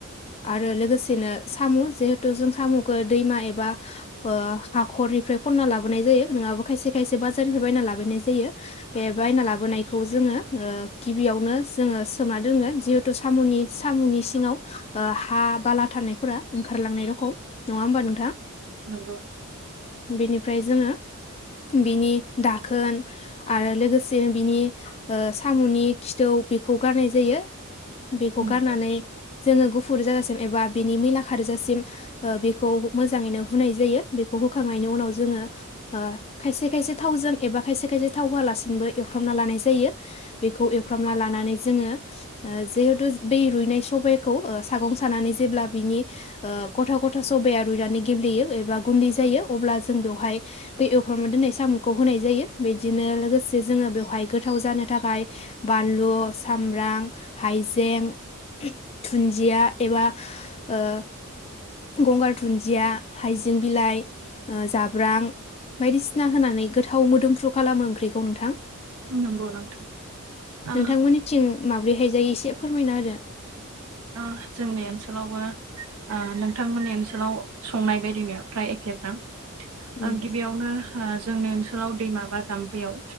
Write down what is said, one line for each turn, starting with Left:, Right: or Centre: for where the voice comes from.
Left: आरो लोगोसेनो साम' जिहेथु जों साम'खौ दैमा एबा हाखरनिफ्राय खनना लाबोनाय जायो नोंङाबो खायसे खायसे बाजारनिफ्राय बायना लाबोनाय जायो बे बायना ला लाबोनायखौ जोङो ओ गिबियावनो जोङो सोमा दोङो जिहेतु साम'नि साम'नि सिङाव हा बाला थानायफोरा ओंखारलांनाय रखम- नङा होमबा नोंथां?
Right: नंगौ
Left: बेनिफ्राय ओमफ्राय जोङो बिनि दाखोन आरो लोगोसे बिनि साम'नि खिथौ बेखौ गारनाय जायो। बेखौ
Right: नंगौ
Left: गारनानै जोङो गुफुर जासि एबा बिनि मैला खारजासिम बेखौ मोजाङैनो हुनाय जायो बेखौ हुखांनायनि उनाव ज खायसे खायसेसे थावजों एबा खायसे खायसे थाव होलासिनोबो एवफ्रामना लानाय जायो बेखौ एवफ्रामना लानानै जोङो जिहेथु बै रुइनाय सबाइखौ सागं सानानै जेब्ला बिनि गथा गथा सबाया रुइनानै गेब्लेयो एबा गुन्दै जायो अब्ला जों बेवहाय बेै एवफ्रामना दोननाय साम'खौ होनाय जायो बिदिनो लोगोसे जोङो बेवहाय गोथाव जानो थाखाय बानलु सामब्राम, हायजें, दुन्दिया एबा ओ गंगार दुन्दिया, हाइजें बिलाइ, जाब्रां बायदिसिना होनानै गोथाव मोदोमफ्रु खालामो ओंख्रिखौ नोंथां।
Right: नंगौ नोंथां ओ
Left: नोंथांमोननि थिं माब्रै- देखायजायो एसे फोरमायना होदो।
Right: आ जोंनि ओनसोलावबो आं नोंथांमोननि ओनसोलाव संनाय बायदिनो फ्राय एखेफ्राम आं
Left: उम
Right: गिबियावनो जोंनि ओनसोलाव दैमा बा जाम्फैयाव